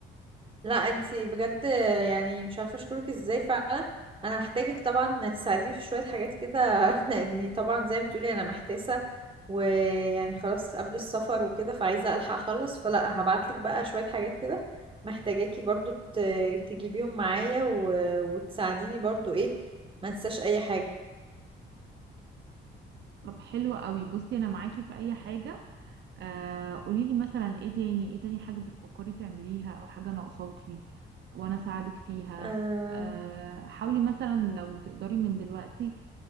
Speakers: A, on the right; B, on the right.
A: لا انتي بجد يعني مش عارفه اشكرك ازاي فعلا انا هحتاجك طبعا تساعديني في شويه حاجات كده <laughs> لاني طبعا زي ما بتقولي انا محتاسه ويعني خلاص قبل السفر وكده فعايزه الحق اخلص فلا هبعتلك بقى شويه حاجات كده محتاجاكي برضو ت- تجيبيهم معايا و... وتساعديني برضو ايه ما انساش اي حاجه
B: طب حلو قوي بصي انا معاكي في اي حاجة آه قوليلي مثلا ايه تاني ايه تاني حاجة بتفكري تعمليها او حاجة ناقصاكي وانا اساعدك فيها
A: آه،
B: آه حاولي مثلا لو تقدري من دلوقتي